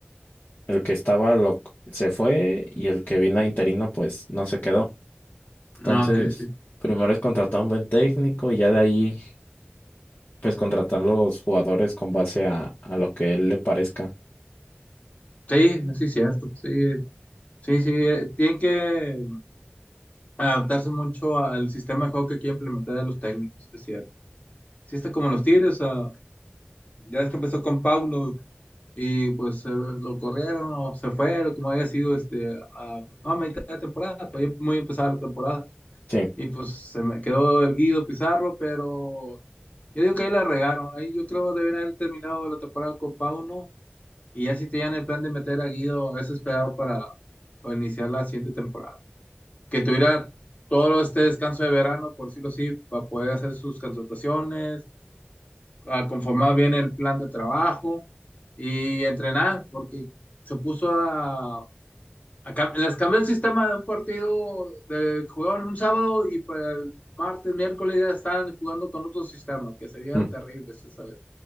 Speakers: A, on the left; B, on the left.
A: El que estaba lo, se fue y el que vino interino pues no se quedó. Entonces,
B: No, que sí.
A: primero es contratar un buen técnico y ya de ahí pues contratar los jugadores con base a, a lo que él le parezca.
B: Sí, sí, es cierto. Sí, Sí, sí, eh, tienen que adaptarse mucho a- al sistema de juego que quieren implementar a los técnicos, es cierto. Sí, está como los Tigres, ah, ya es que empezó con Pauno y pues eh, lo corrieron o se fue, como había sido este, a, a mitad de temporada, pues ya muy empezada la temporada.
A: Sí,
B: Y pues se me quedó el Guido Pizarro, pero yo digo que ahí la regaron. Ahí yo creo que deben haber terminado la temporada con Pauno y ya si tenían el plan de meter a Guido, es esperado para, para iniciar la siguiente temporada. que tuviera todo este descanso de verano, por decirlo así, para poder hacer sus contrataciones, a conformar bien el plan de trabajo y entrenar, porque se puso a, a cam- les cambió el sistema de un partido de jugaban un sábado y para el martes, miércoles ya estaban jugando con otro sistema, que se veían
A: mm,
B: terribles esa vez.